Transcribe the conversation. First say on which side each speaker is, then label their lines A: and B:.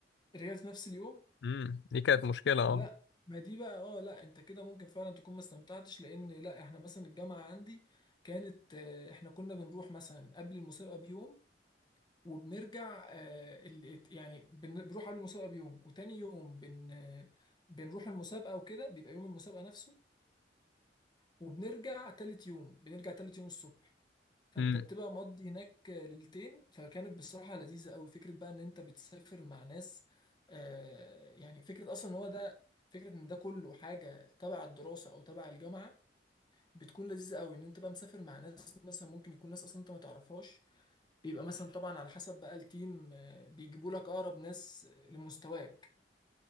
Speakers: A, on the left; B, on the left.
A: رجعت في نفس اليوم
B: امم دي كانت مشكله اه
A: لا ما دي بقى اه لا انت كده ممكن فعلا تكون ما استمتعتش لان لا احنا مثلا الجامعة عندي كانت آه، احنا كنا بنروح مثلا قبل المسابقة بيوم وبنرجع آه، ال- يعني بن- بنروح قبل المسابقة بيوم وتاني يوم بن آه، بنروح المسابقة وكده بيبقى يوم المسابقة نفسه وبنرجع تالت يوم بنرجع تالت يوم الصبح فانت
B: امم
A: بتبقى مقضي هناك ليلتين فكانت بصراحة لذيذة قوي فكرة بقى ان انت بتسافر مع ناس آه يعني فكرة اصلا ان هو ده فكرة ان ده كله حاجة تبع الدراسة او تبع الجامعة بتكون لذيذة قوي ان انت بقى مسافر مع ناس مثلا ممكن يكون ناس اصلا انت ما تعرفهاش بيبقى مثلا طبعا على حسب بقى التيم آه، بيجيبوا لك اقرب ناس لمستواك